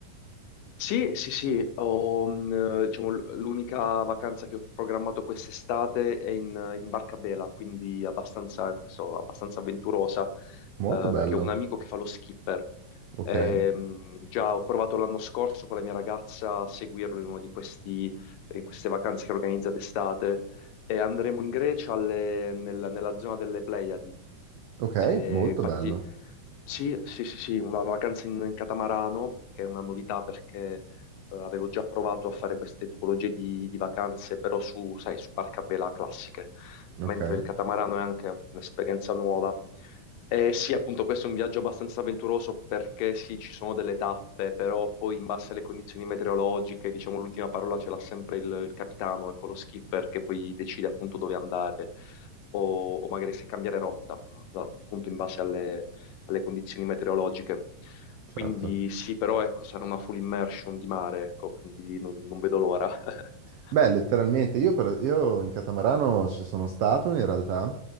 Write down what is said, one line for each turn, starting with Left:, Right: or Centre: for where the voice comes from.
Left: Sì, sì, sì, ho, mh, diciamo, l- l'unica vacanza che ho programmato quest'estate è in, eh, in Barca Bela, quindi abbastanza, questo, abbastanza avventurosa,
Right: Molto
Left: eh,
Right: bello.
Left: perché ho un amico che fa lo skipper.
Right: Ok,
Left: Ehm, già ho provato l'anno scorso con la mia ragazza a seguirlo in uno di questi, in queste vacanze che organizza d'estate e andremo in Grecia alle- nella, nella zona delle Pleiadi.
Right: ok,
Left: Eh,
Right: molto
Left: infatti.
Right: bello.
Left: Sì, sì, sì, sì, una una vacanza in, in catamarano, che è una novità perché eh, avevo già provato a fare queste tipologie di, di vacanze, però su, sai, su barca a vela classiche,
Right: Ok,
Left: mentre il catamarano è anche un'esperienza nuova. E sì, appunto, questo è un viaggio abbastanza avventuroso perché sì, ci sono delle tappe, però poi in base alle condizioni meteorologiche, diciamo, l'ultima parola ce l'ha sempre il, il capitano, ecco, lo skipper che poi decide appunto dove andare o, o magari se cambiare rotta, appunto, appunto in base alle condizioni meteorologiche.
Right: certo.
Left: Quindi sì, però ecco, sarà una full immersion di mare, ecco, quindi non, non vedo l'ora. <laughs>
Right: Beh, letteralmente, io, per- io in catamarano ci sono stato in realtà